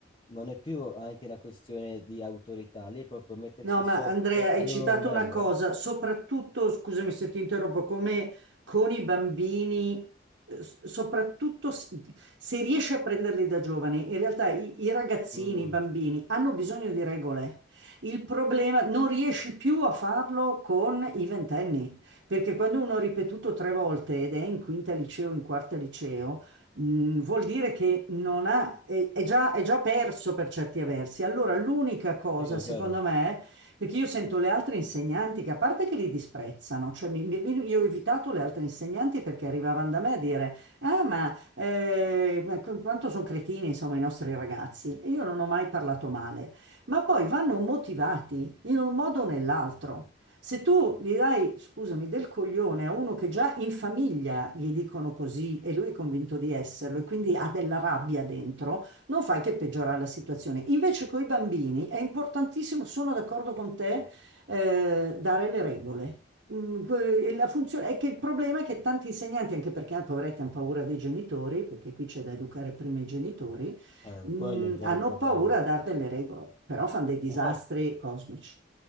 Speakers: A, on the left (about 30°); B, on the right (about 75°).
A: non è più anche una questione di autorità, lì è proprio mettersi
B: No,
A: sotto
B: ma Andrea, hai
A: al
B: citato
A: loro livello.
B: una cosa,
A: eh.
B: soprattutto, scusami se ti interrompo, come con i bambini, eh, s- soprattutto s- se riesci a prenderli da giovani, in realtà i, i ragazzini,
A: Mm,
B: i bambini hanno bisogno di regole. Il problema, non riesci più a farlo con i ventenni, perché quando uno ha ripetuto tre volte ed è in quinta liceo, in quarta liceo, Mm, vuol dire che non ha, è, è già, è già perso per certi versi. Allora, l'unica cosa,
A: sì, è
B: secondo
A: vero,
B: me, perché io sento le altre insegnanti che a parte che li disprezzano, cioè mi- mi- io ho evitato le altre insegnanti perché arrivavano da me a dire, ah ma eh, ma qu- quanto sono cretini insomma i nostri ragazzi e io non ho mai parlato male, ma poi vanno motivati in un modo o nell'altro. Se tu gli dai, scusami, del coglione a uno che già in famiglia gli dicono così e lui è convinto di esserlo e quindi ha della rabbia dentro, non fai che peggiorare la situazione. Invece con i bambini è importantissimo, sono d'accordo con te, eh, dare le regole. Mm, que- e La funzione è che il problema è che tanti insegnanti, anche perché ah, poveretti hanno paura dei genitori, perché qui c'è da educare prima i genitori,
A: Eh,
B: mm,
A: quello è il vero
B: hanno
A: problema.
B: paura a dare delle regole, però fanno dei disastri
A: Infatti,
B: cosmici.